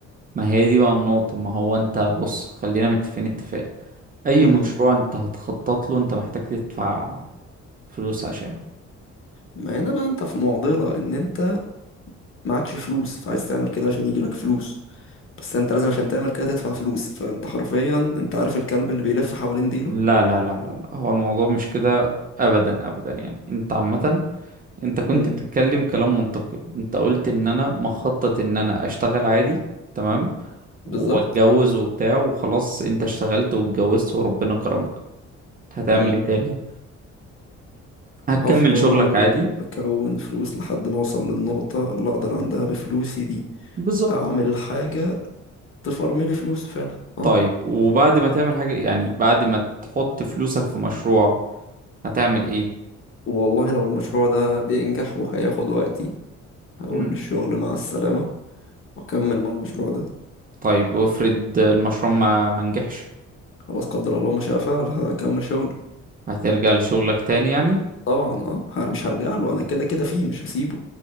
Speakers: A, on the right (about 30°); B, on the left (about 45°).
A: ما هي دي بقى النقطة ما هو انت بص خلينا متفقين اتفاق اي
B: امم
A: مشروع انت هتخطط له انت محتاج تدفع فلوس عشانه
B: ما هنا بقى انت في معضلة ان انت معكش فلوس فعايز تعمل كده عشان يجيلك فلوس بس انت لازم عشان تعمل كده تدفع فلوس فانت حرفيا انت عارف الكلب اللي بيلف حوالين ديله
A: لا لا لا لا لا هو الموضوع مش كده ابدا ابدا يعني انت عامة انت كنت
B: مم.
A: بتتكلم كلام منطقي انت قلت ان انا مخطط ان انا اشتغل عادي تمام واتجوز
B: بالظبط
A: وبتاع وخلاص انت اشتغلت واتجوزت وربنا كرمك هتعمل
B: مم.
A: ايه تاني هتكمل
B: هفضل
A: شغلك عادي
B: أكون فلوس لحد ما أوصل للنقطة اللي أقدر عندها بفلوسي دي
A: بالظبط
B: أعمل حاجة تفرملي فلوس فعلا أه
A: طيب وبعد ما تعمل حاجة يعني بعد ما تحط فلوسك في مشروع هتعمل ايه
B: والله لو المشروع ده بينجح وهياخد وقتي هقول
A: مم.
B: للشغل مع السلامة وأكمل مع المشروع ده
A: طيب وافرض المشروع ما ما نجحش
B: خلاص قدر الله ما شاء فعل هكمل شغل
A: هترجع لشغلك تاني يعني
B: طبعا أه هر- مش هرجع له أنا كده كده فيه مش هسيبه